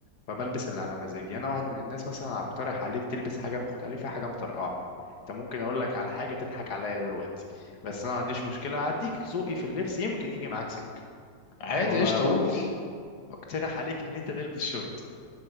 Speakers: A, on the left; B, on the left.
A: فبلبس اللي على مزاجي انا واحد من الناس مثلا هقترح عليك تلبس حاجه مختلفه حاجه مطرقعه انت ممكن اقول لك على حاجه تضحك عليا دلوقتي بس انا ما عنديش مشكله هديك ذوقي في اللبس يمكن يجي معاك سكه
B: عادي
A: ب-
B: ايش طول
A: بق- بقترح عليك ان انت تلبس شورت